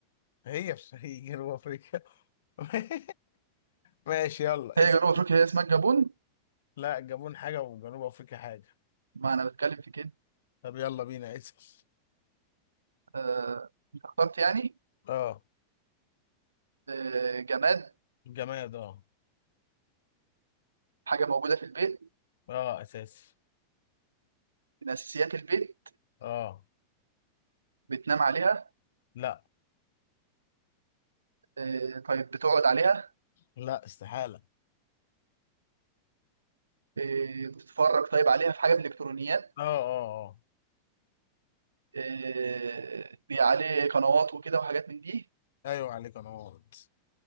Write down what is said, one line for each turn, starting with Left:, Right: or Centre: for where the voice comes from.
Left: هي بس هي جنوب افريقيا <laughs> ماشي يلا
Right: هي
Left: اسأل
Right: جنوب افريقيا هي اسمها الجابون
Left: لا الجابون حاجة وجنوب افريقيا حاجة
Right: ما انا بتكلم في كده
Left: طب يلا بينا اسأل
Right: آه، اخترت يعني
Left: اه
Right: آه، جماد
Left: الجماد اه
Right: حاجه موجوده في البيت
Left: اه اساسي
Right: من اساسيات البيت
Left: اه
Right: بتنام عليها
Left: لا
Right: آه، طيب بتقعد عليها
Left: لا استحالة
Right: آه، بتتفرج طيب عليها في حاجة من الإلكترونيات
Left: اه اه اه
Right: آه، بي عليه قنوات وكده وحاجات من دي
Left: ايوه عليك انا غلط.